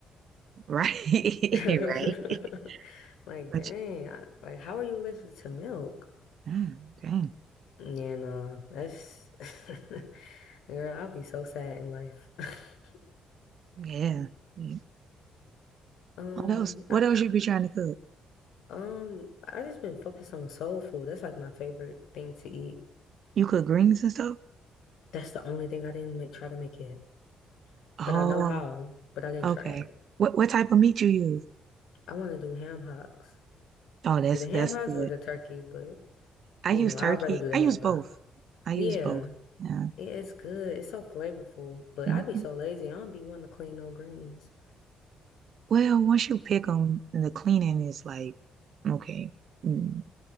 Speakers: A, on the right (about 60°); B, on the left (about 80°).
A: <laughs> right,
B: <laughs>
A: <laughs> right.
B: Like,
A: But
B: dang, I, like, how are you allergic to milk?
A: mm, dang,
B: Yeah, no, that's <laughs> girl. I'll be so sad in life. <laughs>
A: yeah. yeah.
B: Um,
A: What else? What
B: I,
A: else you be trying to cook?
B: Um, I just been focused on soul food. That's like my favorite thing to eat.
A: You cook greens and stuff?
B: That's the only thing I didn't make, try to make yet.
A: Oh,
B: But I know how, but I didn't
A: okay.
B: try it.
A: What what type of meat you use?
B: I want to do ham hocks.
A: Oh, that's
B: Either ham
A: that's
B: hocks
A: good.
B: or the turkey, but
A: I
B: you
A: use
B: know,
A: turkey.
B: I'd rather do the
A: I
B: ham
A: use both.
B: hocks.
A: I
B: Yeah,
A: use both. Yeah.
B: it's good. It's so flavorful, but
A: Mhm.
B: I'd be so lazy. I don't be wanting to clean no greens.
A: Well, once you pick them, the cleaning is like, okay, mm,